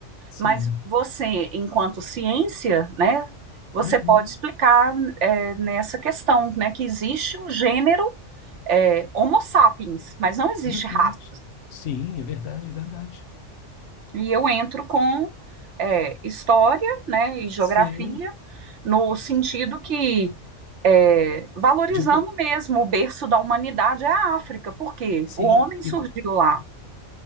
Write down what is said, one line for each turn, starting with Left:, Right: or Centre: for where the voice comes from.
Left: sim,
Right: Mas você, enquanto ciência, né, você
Left: uhum,
Right: pode explicar é, nessa questão, né, que existe o gênero é, Homo sapiens, mas não existe
Left: uhum.
Right: raça.
Left: Sim, é verdade, é verdade.
Right: E eu entro com é, história, né, e geografia,
Left: Sim,
Right: no sentido que é, valorizando
Left: digo,
Right: mesmo o berço da humanidade é a África, porque
Left: sim.
Right: o homem surgiu
Left: E, co-
Right: lá.